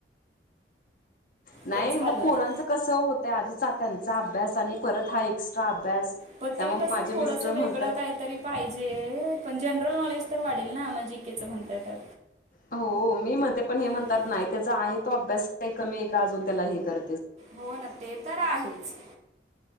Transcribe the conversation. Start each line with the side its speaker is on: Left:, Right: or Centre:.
Left: नाही
Right: पण झालं
Left: मग पोरांच
Right: तर
Left: कसं होतंय आधीचा त्यांचा अभ्यास आणि परत हा एक्स्ट्रा अभ्यास
Right: पण
Left: त्यामुळे
Right: ते कसं
Left: माझे
Right: थोडंसं
Left: मिस्टर
Right: वेगळं
Left: म्हणतात
Right: कायतरी पाहिजे पण जनरल नॉलेज तर वाढेल ना म जीके च म्हणताय तर
Left: हो मी म्हणते पण हे म्हणतात
Right: हम्म.
Left: नाही त्याचा आहे तो अभ्यास काय आहे कमी आहे का अजून त्याला हे कर
Right: हो न ते तर आहेच